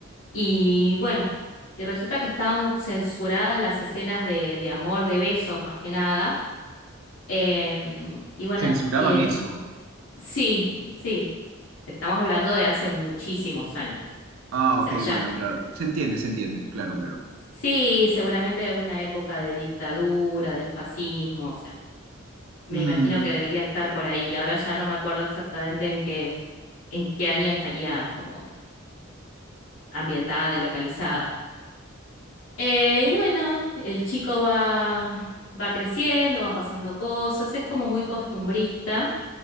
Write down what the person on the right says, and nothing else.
Censuraban
eso.
Ah,
ok,
bueno, claro. Se entiende, se entiende. Claro, claro.
Mm,